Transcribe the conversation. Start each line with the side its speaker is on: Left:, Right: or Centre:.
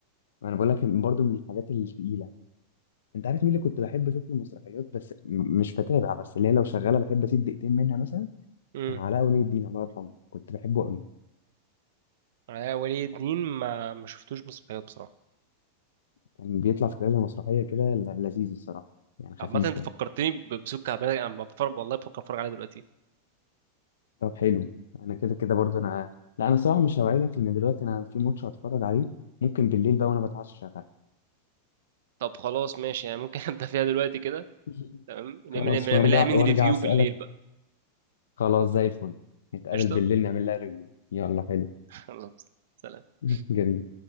Left: انا بقول لك برضو من الحاجات التقيله انت عارف مين اللي كنت بحب اشوف له مسرحيات بس م- مش بتابع بس اللي هي لو شغاله بحب اسيب دقيقتين منها مثلا
Right: امم
Left: كان علاء ولي الدين الله يرحمه كنت بحبه قوي
Right: آه، ولي الدين ما ما شفتوش مسرحيات بصراحه
Left: كان بيطلع في كذا مسرحيه كده ل- لذيذ الصراحه يعني خفيف
Right: عامة انت
Left: كده
Right: فكرتني ب- بسوق كعبان انا بفرج والله بفكر اتفرج عليها دلوقتي
Left: طب حلو انا كده كده برضو انا لا انا صراحه مش هوعدك لان دلوقتي انا في ماتش هتفرج عليه ممكن بالليل بقى وانا بتعشى شغال
Right: طب خلاص ماشي يعني ممكن <laughs> ابدا فيها دلوقتي كده
Left: <laughs>
Right: تمام نعمل
Left: خلاص
Right: نعمل- نعمل
Left: وارجع
Right: لها من
Left: وارجع
Right: ريفيو
Left: اسالك
Right: بالليل بقى
Left: خلاص زي الفل نتقابل
Right: قشطه
Left: بالليل نعمل لها ريفيو يلا حلو
Right: <laughs> خلاص سلام
Left: <laughs> جميل